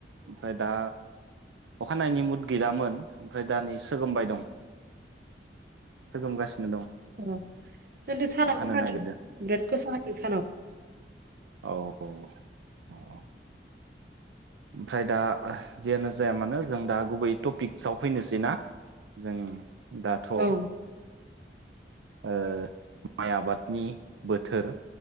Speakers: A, on the right; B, on the right.
A: ओमफ्राय दा अखा हानायनि मुद गैलामोन ओमफ्राय दा नै सोगोमबाय दं सोगोमगासिनो दं।
B: अ जोंनिथिं
A: अखा
B: सानावनो
A: हानो
B: हादों
A: नागिरदों
B: बिराद गोसा हादों सानाव।
A: औ औ अ अ। ओमफ्राय दा जेयानो जाया मानो जों दा गुबै टपिक्सआव फैनोसै ना? जों दाथ'
B: औ ओं
A: ओ माइ आबादनि बोथोर